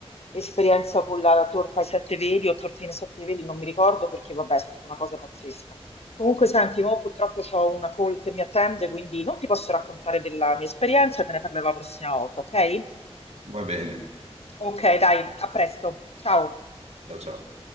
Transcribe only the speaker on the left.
esperienza con la torta ai sette veli o tortine ai sette veli, non mi ricordo perché, vabbè, è stata una cosa pazzesca. Comunque, senti, mo purtroppo ho una call che mi attende, quindi non ti posso raccontare della mia esperienza, te ne parlerò la prossima volta, ok?
Ok, dai, a presto, ciao.